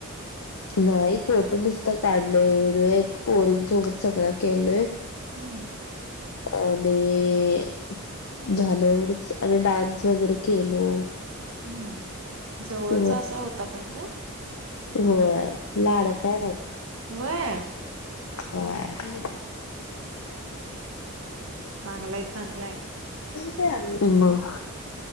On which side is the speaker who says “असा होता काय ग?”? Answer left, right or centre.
Right